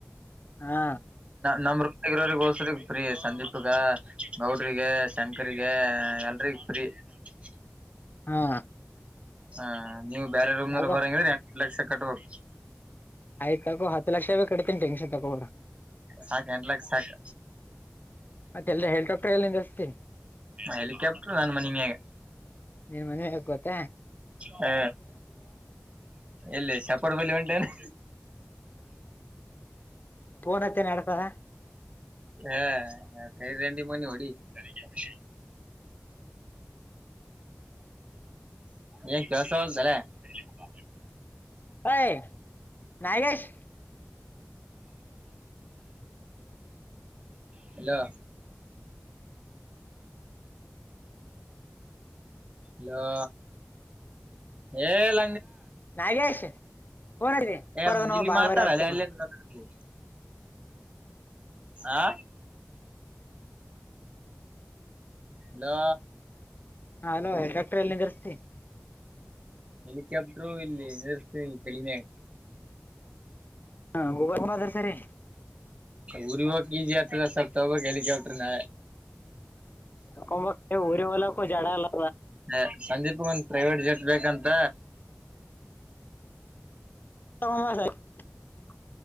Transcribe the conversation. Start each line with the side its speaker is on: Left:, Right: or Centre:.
Left: ಹಾ
Right: ನಮ ರಗರೋಸ್ರ. ಫ್ರೀ ಸಂದೀಪ್ಗ ಗೌಡ್ರಿಗೆ ಶಂಕರಿಗೆ ಎಲ್ರಿಗ ಫ್ರೀ. ಸ್. <inaudible>
Left: ಹಾ.
Right: ಹಾ ನೀವು ಬೇರೆ ರೂಮ್ನಲ್ಲಿ
Left: ಯಾಗೋ
Right: ಬರಂಗಿದ್ರೆ ಎಂಟ ಲಕ್ಷ ಕಟ್ಬೇಕು.
Left: ಆಯ್ತ ತಕೋ ಹತ್ತು ಲಕ್ಷೇ ಕಡ್ತೀ ಟೆನ್ಶನ್ ತಗೋಬೇಡ
Right: ಸಾಕ್ ಎಂಟ್ ಲಕ್ಷ ಸಾಕ್
Left: ಮತ್ತೆ ಎಲ್ಲ ಹೆಲಿಕ್ಯಾಪ್ಟರ್ ಎಲ್ಲಂದಸ್ತ.
Right: ಹೆಲಿಕಾಪ್ಟರ್ ನಾನ್ ಮನಿ ಮ್ಯಾಗ.
Left: ನೀನ್ ಮನ್ವಿ ಹಗ್ ಗೊತ್ತ
Right: ಹಾ ಎಲ್ಲಿ ಸಪಾಡು ಬಲ್ಲಿ ಹೊಂಟೇನೆ.
Left: ಫೋನ್ ಹತ್ತೀನಿ ಎರಡು ಸಲ
Right: ಆ ಕ ರೆಂಡಡಿ ಮೊನ್ನೆ ಹೊಡಿ. <unintelligible> <inaudible> ಏ ಕಲ್ಸ ಜಲೇ. <unintelligible>
Left: ಐ ನಾಗೇಶ್.
Right: <inaudible> ಹಲೋ. ಹಲೋ ಏಲ
Left: ನಾಗೇಶ್. ಫೋನ್
Right: ಏ
Left: ಬರದ ನಾವು
Right: ಇಲ್ಲಿ
Left: ಬಾರಿ
Right: ಮಾತಾಡಲ್ಲೆ
Left: ಬಾರಿ ಹಸ್ತಾನ
Right: ಅಲ್ಲೆ ಮಾತಾಡ್ತಿ ಆ. ಹಲೋ.
Left: ಆ ಹಲೋ ಎಕ್ಟ್ರ ಎಲ್ಲಿ ನಿಧಸ್ತಿ.
Right: ಹೆಲಿಕಾಪ್ಟರುೂ ಇಲ್ಲಿ ನರ್ಸ್ತನಿಲ್ಲ ನಿನ್ ತಲಿಮ್ಯಾಗ್
Left: ಹಾ ಗ್ರ ಸರಿ. <unintelligible>
Right: ಊರಿಗೆ ಹೋಗು ಈಜಿ ಆಗ್ತದ ಸಪ್ತ ಹೆಲಿಕಾಪ್ಟರ್ ನ.
Left: ಹ ಊರಿ ಹೊಲಕ್ಕೂ ಜಡ ಅಲ್ಲ.
Right: ಹ ಸಂದೀಪ್ ಒಂದ ಪ್ರೈವೇಟ್ ಜಟ್ ಬೇಕಂತ.
Left: ತಗೊಸಯಿ